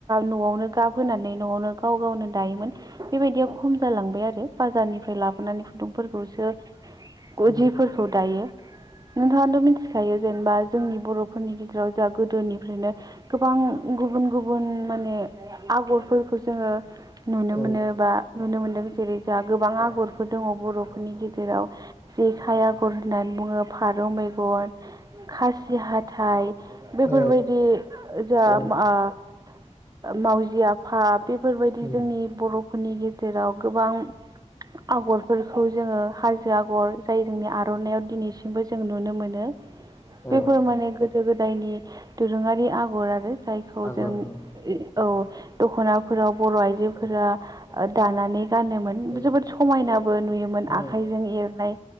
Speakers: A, on the right; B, on the left.
A: न'आवनो गाब होनानै न'आवनो गाव गावनो दायोमोन बेबायदिया खम जालांबाय आरो बाजारनिफ्राय लाबोनानै खुन्दुंफोरखौसो
B: ओ
A: जिफोरखौ दायो। नोंथाङाथ' मिथिखायो जेनेबा जोंनि बर'फोरनि गेजेराव जोंहा गोदोनिफ्रायनो गोबां गुबुन गुबुन माने आगरफोरखौ जोङो नुनो
B: ओ
A: मोनो बा नुनो मोनदों जेरै जोंहा गोबां आगरफोर दङ बर'फोरनि गेजेराव जेखाय आगर होननानै बुङो, फारौ मे गन, खासि हाथाय बेफोरबायदि
B: औ
A: जोहा
B: ओ
A: आ मावजि आफा बेफोरबायदि
B: उम
A: जोंनि बर' फोरनि गेजेराव गोबां आगरफोरखौ जोङो हाजो आगर जाय जोंनि आ रनायाव दिनैसिमबो जों नुनो मोनो।
B: औ
A: बेफोर माने
B: औ
A: गोदो गो दायनि दोरोङारि आगर आरो जायखौ
B: आगर
A: जों
B: उम
A: औ दख'नाफोराव बर' आइजोफोरा
B: औ
A: दानानै गानोमोन।
B: औ
A: जोबोद समायनाबो नुयोमोन
B: औ
A: आखाइजों एरनाय